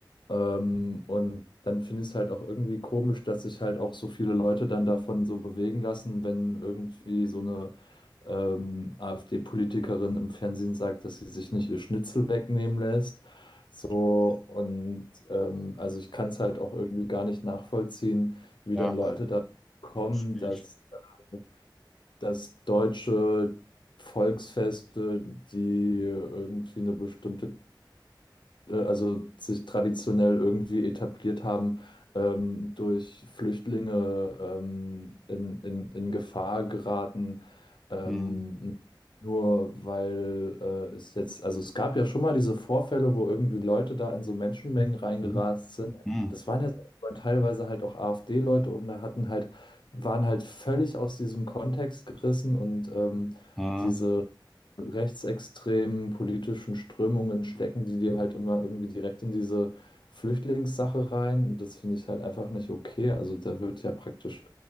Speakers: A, on the left; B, in the centre.
A: Ähm, und dann finde ich es halt auch irgendwie komisch, dass sich halt auch so viele Leute dann davon so bewegen lassen, wenn irgendwie so eine ähm, AfD-Politikerin im Fernsehen sagt, dass sie sich nicht ihr Schnitzel wegnehmen lässt. So, und ähm, also ich kann es halt auch irgendwie gar nicht nachvollziehen, wie
B: Ja,
A: dann Leute da kommen,
B: ich, ich.
A: dass äh, dass deutsche Volksfeste, die irgendwie eine bestimmte äh, also sich traditionell irgendwie etabliert haben, ähm, durch Flüchtlinge ähm, in, in, in Gefahr geraten. Ähm,
B: Mhm.
A: nur weil äh, es jetzt, also es gab ja schon mal diese Vorfälle, wo irgendwie Leute da in so Menschenmengen reingerast
B: Mhm.
A: sind.
B: Mhm.
A: Das waren ja so, aber teilweise halt auch AfD-Leute und da hatten halt, waren halt völlig aus diesem Kontext gerissen und ähm,
B: Mhm.
A: diese rechtsextremen politischen Strömungen stecken, die dir halt immer irgendwie direkt in diese Flüchtlingssache rein. Und das finde ich halt einfach nicht okay. Also da wird ja praktisch